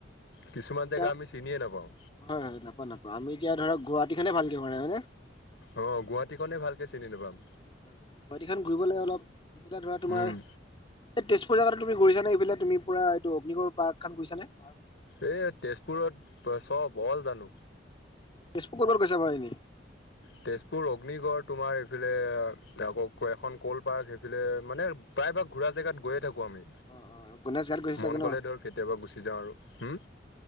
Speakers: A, on the left; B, on the left.
A: কিছুমান জেগা
B: হয়,
A: আমি চিনিয়ে নাপাওঁ
B: হয় নাপা, নাপা আমি এতিয়া ধৰক গুৱাহাটী খনে ভালকে ঘুৰা নাই হয় নে?
A: অ, গুৱাহাটীখনে ভালকে চিনি নেপাম।
B: হয়, গুৱাহাটীখন ঘূৰিব লাগে অলপ ইফালে ধৰা তোমাৰ
A: উম
B: এই তেজপুৰ জেগাত তুমি ঘূৰিছানে এইবিলাক তুমি এইটো অগ্নিগড় পাৰ্ক খন গৈছানে‌?
A: এই তেজপুৰত চব অল জানো।
B: তেজপুৰ ক'ত ক'ত গৈছা বাৰু এনেই?
A: তেজপুৰ অগ্নিগড় তোমাৰ। সেইফালে আকৌ ক এখন কল পাৰ্ক সেইফালে মানে প্ৰায় ভাগ ঘুৰা জেগাত গৈয়ে থাকো। কো আমি
B: অ অ গণেশ ঘাট গৈছা
A: মন
B: চাগে ন?
A: গলে ধৰ কেতিয়াবা গুছি যাও আৰু হোম।